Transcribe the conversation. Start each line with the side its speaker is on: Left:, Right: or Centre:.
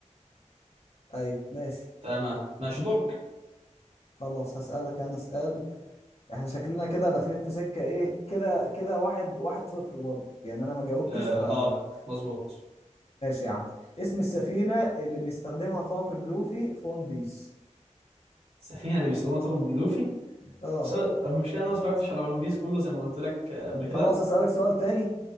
Left: ايوه ماشي
Right: تمام ماشي دورك
Left: خلاص هسألك انا سؤال احنا شكلنا كده داخلين في سكة ايه كده كده واحد واحد صفر برضه يعني انا ما جاوبتش
Right: اه,
Left: فماشي
Right: آه مظبوط
Left: يا عم اسم السفينة اللي بيستخدمها طاقم لوفي في ون بيس
Right: السفينة اللي بيستخدمها طاقم لوفي
Left: اه
Right: بس انا المشكله إن انا ما اتفرجتش على ون بيس كله زي ما قلت لك آه، قبل كده
Left: خلاص اسألك سؤال تاني